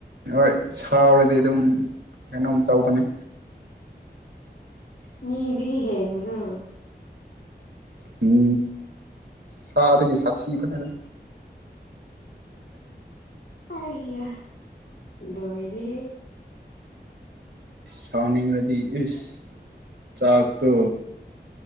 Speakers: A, on the right (about 75°); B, on the left (about 75°).
A: ꯍꯣꯏ ꯍꯥꯎꯔꯗꯤ ꯑꯗꯨꯝ ꯀꯩꯅꯣꯝ ꯇꯧꯕꯅꯦ
B: ꯃꯤ ꯏꯒ ꯍꯦꯟ꯭ꯔꯥ
A: ꯃꯤ ꯁꯥꯥꯗꯒꯤ ꯁꯥꯊꯤ ꯅꯦꯗ
B: ꯑꯌꯥ ꯂꯣꯏꯔꯦ
A: ꯁꯥꯎꯅꯤꯡꯂꯗꯤ ꯏꯁ ꯆꯥꯛꯇꯣ